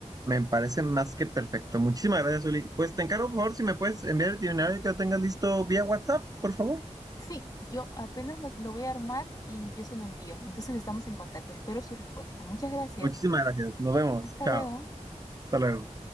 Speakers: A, on the right (about 30°); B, on the left (about 30°).
A: Me parece más que perfecto. Muchísimas gracias, Uli. Pues te encargo, por favor, si me puedes enviar el itinerario que lo tengas listo vía WhatsApp, por favor.
B: Sí, yo apenas lo, lo voy a armar y yo se lo envío. Entonces estamos en contacto. Espero su respuesta. Muchas gracias.
A: Muchísimas gracias. Nos vemos.
B: Hasta
A: Chao.
B: luego.
A: Hasta luego.